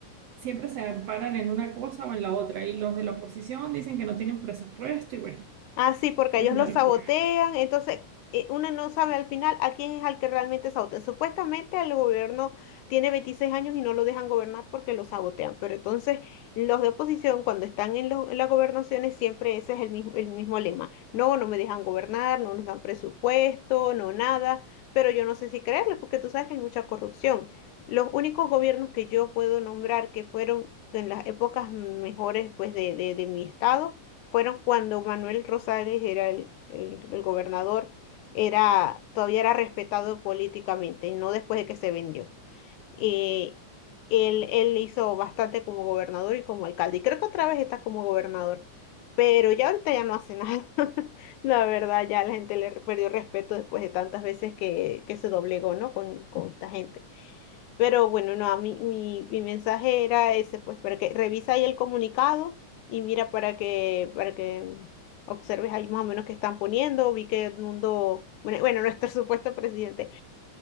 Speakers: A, on the right; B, on the left.
A: siempre se amparan en una cosa o en la otra. Y los de la oposición dicen que no tienen presupuesto y bueno,
B: Ah, sí, porque
A: es
B: ellos
A: una
B: lo sabotean,
A: locura.
B: entonces eh, uno no sabe al final a quién es al que realmente sabotean. Supuestamente el gobierno tiene 26 años y no lo dejan gobernar porque lo sabotean, pero entonces los de oposición cuando están en, lo- en las gobernaciones siempre ese es el mismo, el mismo lema. No, no me dejan gobernar, no nos dan presupuesto, no nada, pero yo no sé si creerles porque tú sabes que hay mucha corrupción. Los únicos gobiernos que yo puedo nombrar que fueron en las épocas mejores pues de, de de mi estado fueron cuando Manuel Rosales era el, el- el gobernador, era, todavía era respetado políticamente, y no después de que se vendió. Eh, él, él hizo bastante como gobernador y como alcalde, y creo que otra vez está como gobernador, pero ya ahorita ya no hace nada. <laughs> La verdad, ya la gente le perdió respeto después de tantas veces que, que se doblegó, ¿no? Con, con esta gente. Pero bueno, no, a mí, mi, mi mensaje era ese, pues, para que revisa ahí el comunicado y mira para que, para que observes ahí más o menos qué están poniendo. Vi que Edmundo, bueno, bueno, <laughs> nuestro supuesto presidente,